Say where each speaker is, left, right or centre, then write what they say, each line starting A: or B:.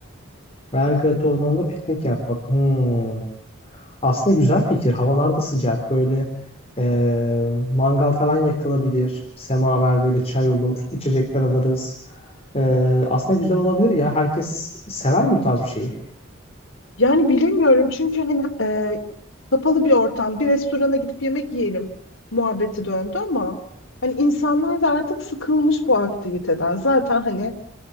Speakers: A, on the left; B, on the left.
A: Belgrad Ormanı'nda piknik yapmak. Hı. Aslında güzel fikir. Havalar da sıcak. Böyle e, mangal falan yakılabilir. Semaver böyle çay olur. İçecekler alırız. E, aslında güzel olabilir ya. Herkes sever mi bu tarz bir şeyi?
B: Yani bilemiyorum çünkü hani e, kapalı bir ortam, bir restorana gidip yemek yiyelim muhabbeti döndü ama hani insanlar da artık sıkılmış bu aktiviteden. Zaten hani